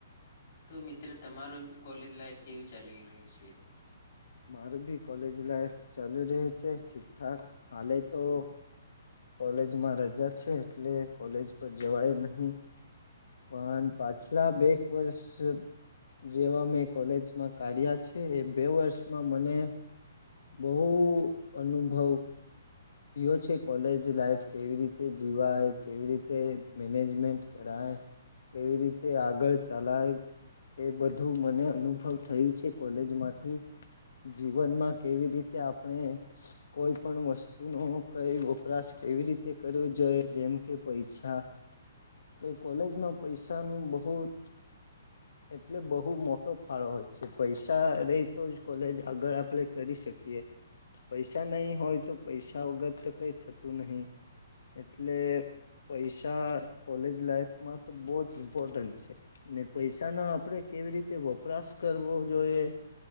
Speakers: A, on the left (about 40°); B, on the left (about 80°).
A: તો મિત્ર તમારું કોલેજ લાઈફ કેવું ચાલી રહ્યું છે
B: માર ભી કોલેજ લાઈફ ચાલુ રહ્યું છે ઠીકઠાક હલે તો કોલેજમાં રજા છે એટલે કોલેજ પર જવાય નહી પણ પાછલા બેક વર્ષ જેવા મેં કોલેજમાં કાઢ્યા છે એ બે વર્ષમાં મને બહુ અનુભવ યો છે કોલેજ લાઈફ કેવી રીતે જીવાય કેવી રીતે મેનેજમેન્ટ કરાય કેવી રીતે આગળ ચલાય એ બધું મને અનુભવ થયું છે કોલેજમાંથી જીવનમાં કેવી રીતે આપણે કોઈ પણ વસ્તુ તુ ન કઈ વપરાશ કેવી રીતે કરવો જોઈએ જેમ કે પૈસા કે કોલેજમાં પૈસાનું બહુત એટલે બહુ મોટો ફાળો હોય છે પૈસા રે તો જ કોલેજ આગળ આપણે કરીશ શકીએ પૈસા નહી હોય તો પૈસા વગર કઈ થતું નહીિ એટલે પૈસા કોલેજ લાઈફમાં તો બહ જ ઇમ્પોર્ટન્ટ છે પૈસા ન આપડે કેવી રીતે વપરાશ કરવો જોઈએ